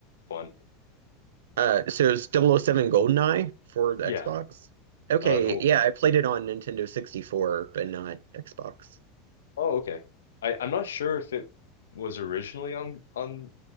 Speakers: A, on the left; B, on the right.
A: fun.
B: Uh, so it's double oh 007 GoldenEye for the
A: Yeah,
B: Xbox. Okay,
A: uh, GoldenEye.
B: yeah, I played it on Nintendo 64, but not Xbox.
A: Oh, okay. I I'm not sure if it was originally on on